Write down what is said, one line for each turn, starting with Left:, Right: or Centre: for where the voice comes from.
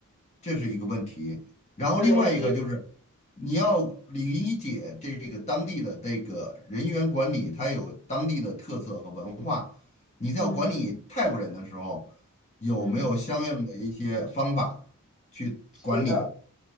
Left: 这是一个问题。然后另外一个就是，
Centre: 对，所以
Left: 你要理解这个当地的这个人员管理，它有当地的特色和文化。你在管理泰国人的时候，
Centre: 嗯
Left: 有没有相应的一些方法去管理？
Centre: 嗯，是的，